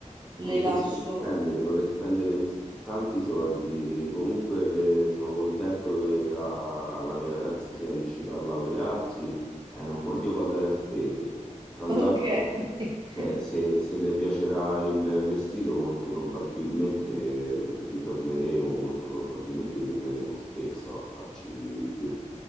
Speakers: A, on the right; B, in the centre.
A: le
B: Ho intenzione
A: lascio,
B: di spendere, vorrei spendere in s- tanti soldi. Comunque eh, sono contento che la, la mia ragazza sia riuscita a laurearsi e non voglio badare a spese. Tra
A: ok?
B: l'altro,
A: <laughs>
B: cioè, se, se le piacerà il vestito, molto probabilmente eh, ritorneremo, molto probabilmente ritorneremo spesso a farci qui.